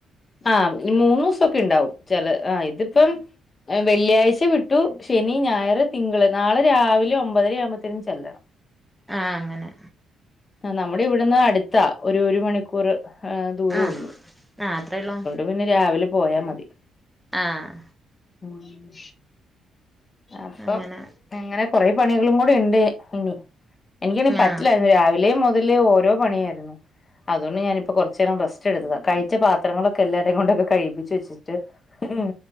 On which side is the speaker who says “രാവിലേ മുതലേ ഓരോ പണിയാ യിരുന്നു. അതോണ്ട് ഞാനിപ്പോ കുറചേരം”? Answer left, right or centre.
Left